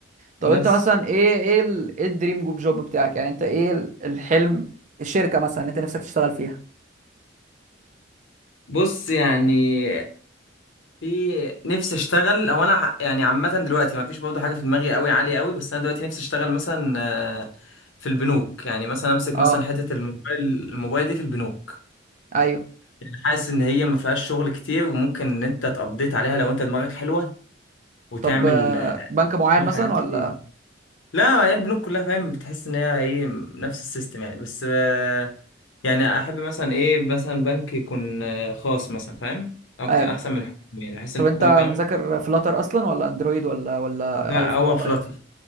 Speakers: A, on the right; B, on the left.
A: طب
B: بس
A: انت مثلا ايه ايه ال- ايه الدريم جوب جوب بتاعك يعني انت ايه ال- الحلم الشركة مثلا اللي انت نفسك تشتغل فيها
B: بص يعني في نفسي اشتغل او انا ح- يعني عامة دلوقتي ما فيش برضو حاجة في دماغي قوي عالية قوي بس انا دلوقتي نفسي اشتغل مثلا آه، في البنوك يعني مثلا امسك
A: اه
B: مثلا حتة الموبايل الموبايل دي في البنوك
A: ايوه
B: يعني حاسس ان هي ما فيهاش شغل كتير وممكن ان انت تقضيت عليها لو انت دماغك حلوه وتعمل
A: طب آه، بنك معين
B: تعمل
A: مثلا
B: حاجات كتير
A: ولا
B: لا هي البنوك كلها فاهم بتحس ان هي ايه نفس السيستم يعني بس آه، يعني احب مثلا ايه مثلا بنك يكون آه، خاص مثلا فاهم اكتر
A: آه.
B: احسن من الحكومي يعني احس
A: طب
B: ان الحكومي
A: انت
B: فاهم
A: مذاكر فلاتر اصلا ولا اندرويد ولا ولا
B: لا
A: اي
B: هو
A: ولا
B: فلاتر
A: اي او تي